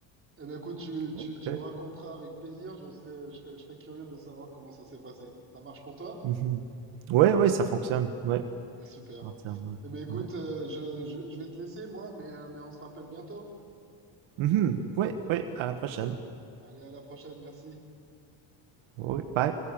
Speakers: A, on the right (about 25°); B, on the right (about 75°).
A: Eh ben, écoute, tu, tu,
B: Ok.
A: tu me raconteras avec plaisir. Je serais, je serais, je serais curieux de savoir comment ça s'est passé. Ça marche pour toi?
B: Mhm. Ouais, ouais, ça fonctionne. Ouais,
A: Eh ben, super.
B: entièrement.
A: Eh ben, écoute,
B: Ouais.
A: euh, je, je, je vais te laisser, moi, mais, euh, mais on se rappelle bientôt.
B: Mhm. Ouais, ouais, à la prochaine.
A: Allez, à la prochaine. Merci.
B: Ouais, bye.